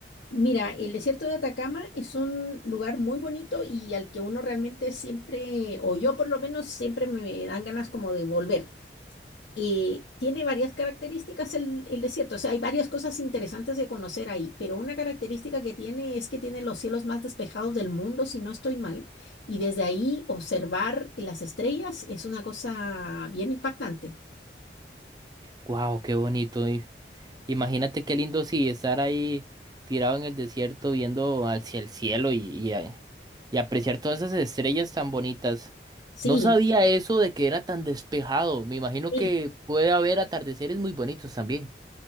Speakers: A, on the left (about 70°); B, on the right (about 20°).
A: Mira, el desierto de Atacama es un lugar muy bonito y al que uno realmente siempre, o yo por lo menos, siempre me dan ganas como de volver. eh, tiene varias características el, el desierto, o sea, hay varias cosas interesantes de conocer ahí, pero una característica que tiene es que tiene los cielos más despejados del mundo, si no estoy mal, y desde ahí observar las estrellas es una cosa bien impactante.
B: Wow, qué bonito. Imagínate qué lindo si estar ahí tirado en el desierto viendo hacia el cielo y, y, a- y apreciar todas esas estrellas tan bonitas.
A: Sí,
B: No sabía eso de que era tan despejado. Me imagino
A: sí.
B: que puede haber atardeceres muy bonitos también.